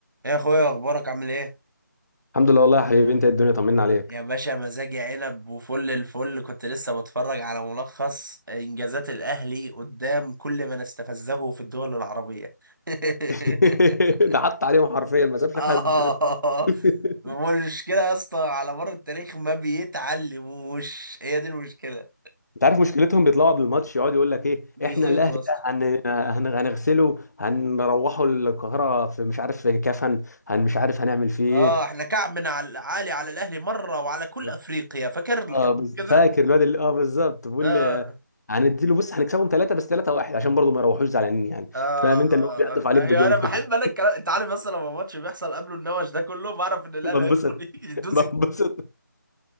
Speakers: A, on the right (about 80°); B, on the left (about 55°).
A: ايه يا اخويا اخبارك عامل ايه
B: الحمد لله والله يا حبيبي انت ايه الدنيا طمنا عليك
A: يا باشا مزاجي عنب وفل الفل كنت لسه بتفرج على ملخص انجازات الاهلي قدام كل من استفزه في الدول العربية
B: <laughs>
A: <laughs>
B: ده حط عليهم حرفيا ما سابش
A: اه
B: حد <laughs>
A: المشكلة يا اسطى على مر التاريخ ما بيتعلموش هي دي المشكلة
B: انت عارف مشكلتهم بيطلعوا قبل الماتش يقعد يقول لك ايه
A: بيزيطوا
B: احنا الاهلي
A: يا اسطى
B: ده هن... هن... هنغسله هنروحه القاهره في مش عارف في كفن هن مش عارف هنعمل فيه ايه
A: اه احنا كعب من عال- عالي على الاهلي مرة وعلى كل
B: لا
A: افريقيا فاكر اللي
B: اه
A: كان بيقول
B: بز...
A: كده
B: فاكر الواد اللي اه بالظبط بيقول
A: اه
B: لي هنديله بص هنكسبهم ثلاثه بس ثلاثه واحد عشان برضه ما يروحوش زعلانين يعني
A: اه
B: فاهم انت اللي
A: آه،
B: هو بيعطف عليك
A: ايوه
B: بجون
A: انا بحب
B: كده
A: انا الكلام انت عارف مثلا لما الماتش بيحصل قبله النوش ده كله بعرف
B: <laughs>
A: ان الاهلي
B: بنبسط
A: هيدخل <laughs> يدوس
B: بنبسط